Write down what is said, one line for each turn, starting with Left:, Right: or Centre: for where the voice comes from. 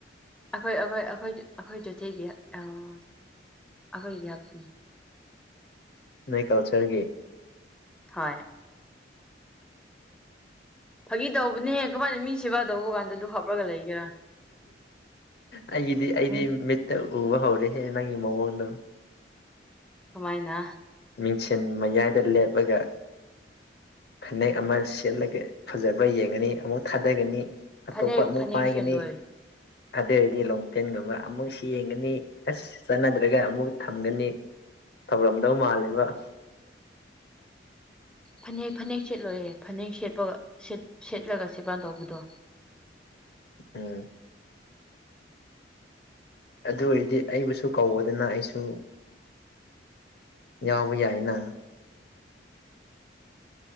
Centre: ꯑꯩꯈꯣꯏ ꯑꯩꯈꯣꯏ ꯑꯩꯈꯣꯏ ꯑꯩꯈꯣꯏ ꯆꯣꯊꯦꯒꯤ ꯑꯩꯈꯣꯏꯒꯤ ꯍꯥꯞꯄꯤꯅꯤ
Left: ꯅꯣꯏ ꯀꯜꯆꯔꯒꯤ
Centre: ꯍꯣꯏ ꯐꯥꯒꯤ ꯇꯧꯕꯅꯦꯍꯦ ꯀꯃꯥꯏꯅ ꯃꯤ ꯁꯦꯕꯥ ꯇꯧꯕ ꯀꯥꯟꯗ ꯑꯗꯨ ꯍꯥꯞꯔꯒ ꯂꯩꯒꯦꯔꯥ
Left: ꯑꯩꯒꯤꯗꯤ ꯑꯩꯗꯤ
Centre: ꯃꯤ
Left: ꯃꯤꯠꯇ ꯎꯕ ꯍꯧꯔꯦ ꯍꯦ ꯅꯪꯉꯤ ꯃꯋꯣꯟꯗꯣ
Centre: ꯀꯃꯥꯏꯅ
Left: ꯃꯤꯡꯁꯦꯟ ꯃꯌꯥꯏꯗ ꯂꯦꯞꯔꯒ ꯐꯅꯦꯛ ꯑꯃ ꯁꯦꯠꯂꯒ ꯐꯖꯕ꯭ꯔ ꯌꯦꯡꯉꯅꯤ ꯑꯃꯨꯛ ꯊꯥꯗꯒꯅꯤ ꯑꯇꯣꯞꯄ
Centre: ꯐꯅꯦꯛ
Left: ꯑꯃꯨꯛ
Centre: ꯐꯅꯦꯛ
Left: ꯄꯥꯏꯒꯅꯤ
Centre: ꯁꯦꯠꯂꯣꯏ
Left: ꯑꯗꯨ ꯑꯣꯏꯔꯗꯤ ꯂꯣꯡꯄꯦꯟꯒꯨꯝꯕ ꯑꯃꯨꯛꯁꯤ ꯌꯦꯡꯒꯅꯤ ꯑꯁ ꯆꯠꯅꯗ꯭ꯔꯒ ꯑꯃꯨꯛ ꯊꯝꯒꯅꯤ ꯊꯧꯔꯝꯗꯧ ꯃꯥꯜꯂꯦ ꯕ
Centre: ꯐꯅꯦꯛ ꯐꯅꯦꯛ ꯁꯦꯠꯂꯣꯏꯌꯦꯦ ꯐꯅꯦꯛ ꯁꯦꯠꯄ ꯁꯦꯠꯂꯒ ꯁꯦꯕꯥꯥꯟ ꯇꯧꯕꯗꯣ
Left: ꯎꯝ ꯑꯗꯨ ꯑꯣꯏꯔꯗꯤ ꯑꯩꯕꯨꯁꯨ ꯀꯧꯑꯣꯗꯅ ꯑꯩꯁꯨ ꯌꯥꯎꯕ ꯌꯥꯏꯅ